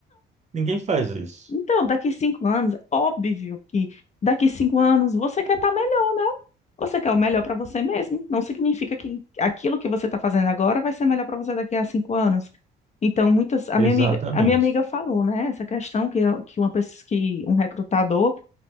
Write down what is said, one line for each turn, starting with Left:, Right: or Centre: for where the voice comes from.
Right: Ninguém faz isso.
Left: Então, daqui cinco anos, óbvio que daqui cinco anos você quer estar melhor, né? Você quer o melhor para você mesmo. Não significa que aquilo que você está fazendo agora vai ser melhor para você daqui a cinco anos. Então, muitas, a
Right: Exatamente.
Left: minha amiga, a minha amiga falou, né? Essa questão que, eu- que uma pessoa, que um recrutador